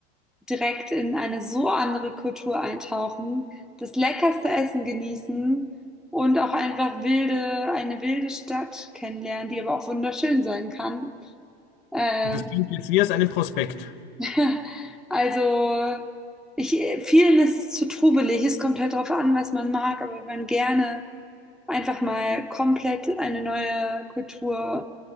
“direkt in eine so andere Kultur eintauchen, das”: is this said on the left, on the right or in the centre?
Centre